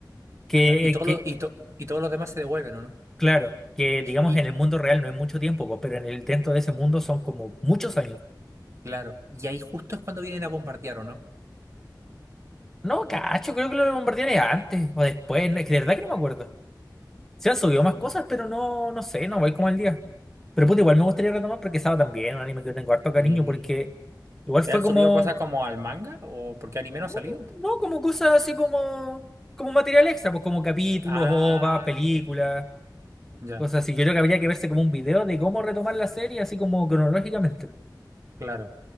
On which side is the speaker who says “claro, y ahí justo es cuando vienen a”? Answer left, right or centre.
Right